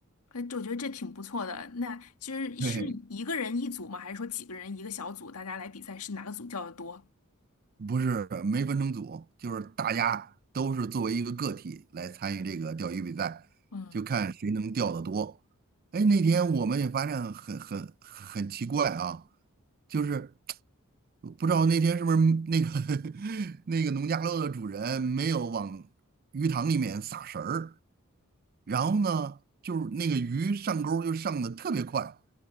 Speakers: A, on the left; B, on the right.
A: 哎，这我觉得这挺不错的。那其实是一个人一组吗？
B: 对，
A: 还是说几个人一个小组，大家来比赛是哪个组叫的多？
B: 不是没分成组，就是大家都是作为一个个体来参与这个钓鱼比赛，
A: 嗯，
B: 就看谁能钓得多。哎，那天我们也发现很很很奇怪啊，就是不知道那天是不是那个 <laughs> 那个农家乐的主人没有往鱼塘里面撒食儿。然后呢，就是那个鱼上钩儿就上的特别快。